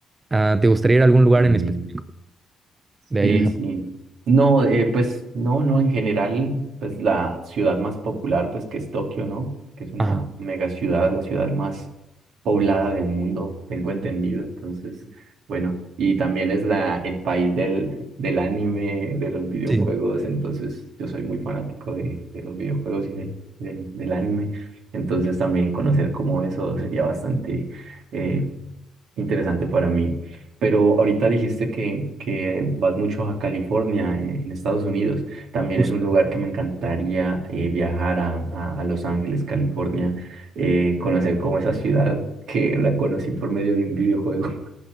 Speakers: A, on the right (about 25°); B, on the right (about 75°).
A: Ah, ¿te gustaría ir a algún lugar
B: Eh,
A: en específico de
B: sí,
A: ahí de Japón?
B: sí. No, eh, pues no, no, en general, pues la ciudad más popular, pues que es Tokio, ¿no? Que es una
A: Ajá.
B: mega ciudad, la ciudad más poblada del mundo, tengo entendido. Entonces, bueno, y también es la, el país del, del anime, de los videojuegos,
A: Sí,
B: entonces yo soy muy fanático de, de los videojuegos y del, del, del anime. Entonces también conocer como eso sería bastante... eh, interesante para mí. Pero ahorita dijiste que, que vas mucho a California, eh, en Estados Unidos. También
A: justo.
B: es un lugar que me encantaría eh, viajar a, a- a Los Ángeles, California, eh, conocer como esa ciudad que la conocí por medio de un videojuego. <laughs>